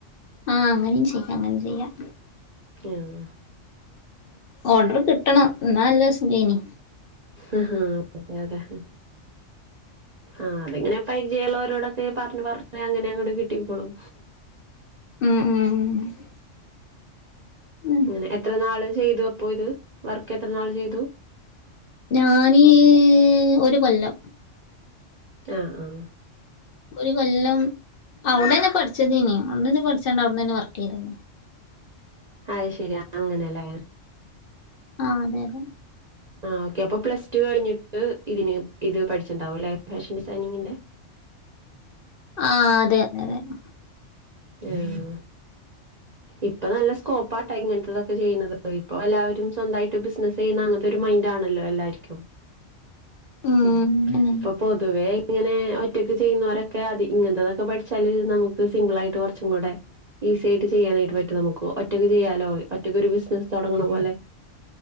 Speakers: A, on the left; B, on the right.
A: ആ അങ്ങനെയും ചെയ്യാം അങ്ങനെ ചെയ്യാം
B: ആഹ്
A: ഓഡർ കിട്ടണം എന്നാല്ലേ സുകെയ്നി
B: ആ അതെ അതെ ആ അതങ്ങനെപ്പരിചയ- രോടൊക്കെ പറഞ്ഞ് പറഞ്ഞ് അങ്ങനെ അങ്ങോട്ട് കിട്ടിക്കോളും
A: ഉം <inaudible> ഉം
B: അങ്ങനെ എത്രനാള് ചെയ്തു അപ്പോ ഇത് വർക്ക് എത്ര നാള് ചെയ്തു
A: ഞാനി ഒരുകൊല്ലം
B: ആഹ് ആഹ്
A: ഒരുകൊല്ലം അവിടെന്നെ പഠിച്ചതേനി അവിടന്നെ പഠിച്ചണ്ട് അവിടന്നെ വർക്ക് ചെയ്താരുന്നു
B: അയ്ശെരി അങ്ങനല്ലേ
A: ആഹ് അതെ അതെ
B: ആ ഓക്കെ അപ്പൊ പ്ലസ് ടു കഴിഞ്ഞിട്ട് ഇതിന് ഇത് പഠിച്ചിട്ടുണ്ടാവുല്ലെ ഫാഷൻ ഡിസൈനിങ്ങിന്റെ
A: ആഹ് അതെ അങ്ങനന്നെ
B: ഉം ഇപ്പൊ നല്ല സ്കോപ്പാട്ടാ ഇങ്ങനത്തെതൊക്കെ ചെയ്യ്ണത് ഇപ്പൊ എല്ലാവരും സ്വന്തായിട്ട് ബിസിനസ് ചെയ്യുന്ന അങ്ങനത്തൊരു മൈ മൈൻറ്റാണല്ലോ എല്ലാര്ക്കും
A: ഉം
B: മു
A: പിന്നെ
B: ഇപ്പപൊതുവെ ഇങ്ങനെ ഒറ്റക്ക് ചെയ്യുന്നോരൊക്കെ അത് ഇങ്ങനത്തെതൊക്കെപഠിച്ചാല് നമുക്ക് സിമ്പിളായിട്ട് കുറച്ചുകൂടെ ഈസിയായിട്ട് ചെയ്യാനായിട്ട് പറ്റും നമുക്ക് ഒറ്റയ്ക്ക് ചെയ്യാ ല്ലോ ഒറ്റക്കൊരു ബിസിനസ്സ് തൊടങ്ങണപോലെ